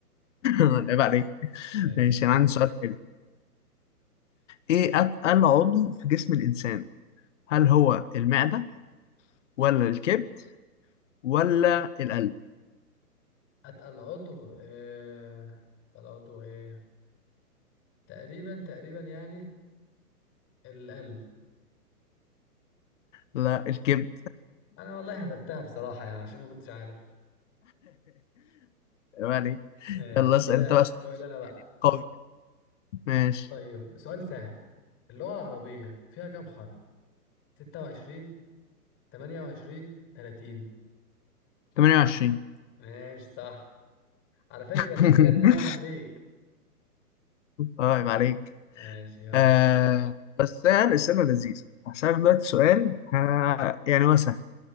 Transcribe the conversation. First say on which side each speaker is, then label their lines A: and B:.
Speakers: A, on the left; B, on the left.
A: <laughs> عيب عليك
B: ماشي
A: ماشي أنا
B: يعني
A: عندي سؤال حلو ايه اتقل عضو في جسم الانسان هل هو المعدة ولا الكبد ولا القلب
B: أتقل عضو إيه أتقل عضو إيه تقريبا تقريبا يعني القلب
A: لا الكبد
B: أنا والله هبتها بصراحة يعني عشان ما كنتش عارف
A: <laughs> يعني
B: ماشي
A: يلا اسأل
B: كده
A: انت بقى سؤال
B: سؤال أنا بقى
A: قوي ماشي
B: طيب سؤال سهل اللغة العربية فيها كام حرف؟ 26 28 30
A: 28
B: ماشي صح على فكرة انت
A: <laughs>
B: كده اتنين واحد ليك
A: اه عيب عليك
B: ماشي يلا
A: آه بس يعني السنة لذيذة هسألك دلوقتي سؤال ها يعني هو سهل